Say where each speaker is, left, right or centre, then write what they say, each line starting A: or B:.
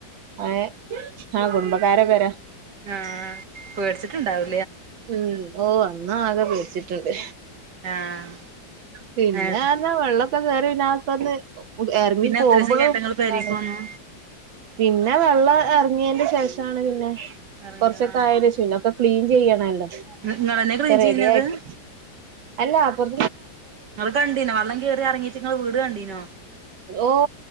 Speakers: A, on the right (about 85°); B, on the right (about 60°).
A: ഏ ഹ കുടുംബക്കാരെ പേരാ
B: ആ പേടിച്ചിട്ടുണ്ടാവു
A: ഉം ഓ അന്നാകെ പേടിച്ചിട്ടുണ്ട്
B: ആഹ്
A: പിന്നെന്ന
B: എന്നിട്ട്
A: വെള്ളൊക്കെ കേറിതിനകത്തൊന്ന് എറങ്ങി
B: പിന്നെ
A: പോമ്പോളും
B: എത്രീസം കഴിഞ്ഞിട്ടാ ഇങ്ങള്
A: ന്നാണ്
B: പെരീക്ക് വന്നു
A: പിന്നെ വെള്ളം എറങ്ങിന്റെ ശേഷണ് പിന്നെ
B: ആഹ്
A: കൊറച്ചൊക്കെ ആയാന്റെ ഷേ പിന്നെ ഒ ക്ലീൻ ചെയ്യണല്ലോ ഒക്കെ
B: ഇങ്ങളെന്നെ ക്ലീൻ ചെയ്യ്ണത്
A: റെഡി ആക്കി ച്ച് അല്ല അപ്പറ
B: ഇങ്ങള് കണ്ടീനോ വെള്ളം കേറി എറങ്ങീട്ട് നിങ്ങള് വീട് കണ്ടീനോ
A: ഓ